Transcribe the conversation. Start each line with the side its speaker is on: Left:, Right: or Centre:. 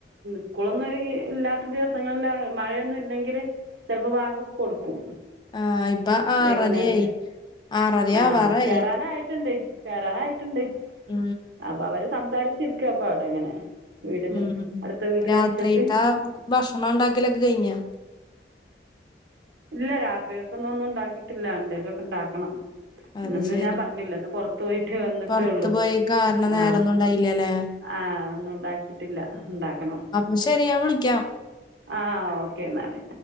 Right: സ്കൂളൊന്നും ഇല്ലാത്ത ദിവസങ്ങളിൽ അ മഴയൊന്നും ഇല്ലെങ്കിൽ ചിലപ്പോ വാങ്ങി കൊടുക്കും
Left: ആ ഇപ്പൊ ആറരയായി
Right: വൈകുന്നേരത്തെ
Left: ആറര
Right: ആഹ
Left: ആവാറായി.
Right: കറാന ആയിട്ടുണ്ടേ കേറാനായിട്ടുണ്ട്
Left: ആ
Right: അപ്പൊ അവര് സംസാരിച്ചിരിക്കുവ അപ്പ അവിടെ എങ്ങനെ വീടിനെ
Left: ഉം
Right: അടുത്ത വീട്ടിലെ
Left: രാത്രിത്തെ
Right: മുറ്റത്ത്
Left: ഭക്ഷണം ഉണ്ടാക്കൽ ഒക്കെ കഴിഞ്ഞോ
Right: ഇല്ല രാത്രിയൊക്കെ ഒന്ന ഒന്നും ഉണ്ടാക്കിയിട്ടില്ല എന്തേല ഒക്കെ ഉണ്ടാക്കണം
Left: അത്
Right: ഇന്ന്
Left: ശരി
Right: ഞാൻ പറഞ്ഞില്ല ഇന്ന് പുറത്ത പോയിട്ട് വന്നിട്ടേള്ളു
Left: പുറത്ത് പോയി കാരണം നേരൊന്നും
Right: ആഹ്‌
Left: ഉണ്ടായില്ലല്ലേ
Right: ആഹ്‌ ഒന്നും ഉണ്ടാക്കിയിട്ടില്ല ഉണ്ടാക്കണം
Left: അപ്പൊ ശെരിയാ വിളിക്കാം
Right: ആഹ്‌ ഓക്കെ എന്നാല്